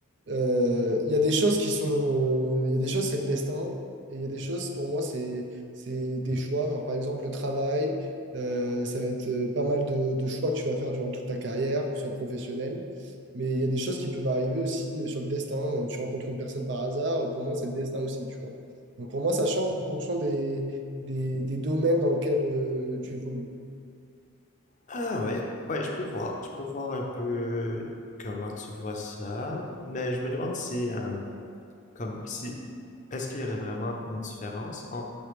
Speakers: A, on the right (about 55°); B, on the left (about 35°).
A: euh, il y a des choses qui sont, il y a des choses, c'est le destin, et il y a des choses, pour moi, c'est c'est des choix, genre par exemple le travail, euh, ça va être euh, pas mal de, de choix que tu vas faire durant toute ta carrière, que ce soit professionnelle mais il y a des choses qui peuvent arriver aussi euh, sur le destin. Euh, Tu rencontres une personne par hasard, euh, pour moi, c'est le destin aussi, tu vois. Donc pour moi, ça change en fonction des, des, des domaines dans lesquels euh, tu évolues.
B: Ah ouais, ouais, je peux voir. Je peux voir un peu comment tu vois ça, mais je me demande si, euh, Comme si, est-ce qu'il y aurait vraiment une différence entre